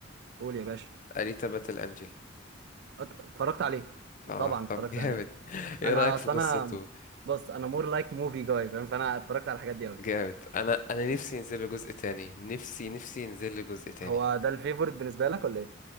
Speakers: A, on the right (about 60°); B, on the left (about 40°).
A: قول يا باشا
B: أليتا باتل انجل
A: أت- اتفرجت عليه
B: اه
A: طبعا اتفرجت
B: طب جامد
A: عليه
B: <laughs> ايه
A: انا
B: رأيك
A: اصلا
B: في قصته
A: انا بص انا مور لايك موفي جاي فاهم فانا اتفرجت على الحاجات دي قوي
B: جامد انا انا نفسي ينزل له جزء تاني نفسي نفسي ينزل له جزء تاني
A: هو ده الفيفورت بالنسبه لك ولا ايه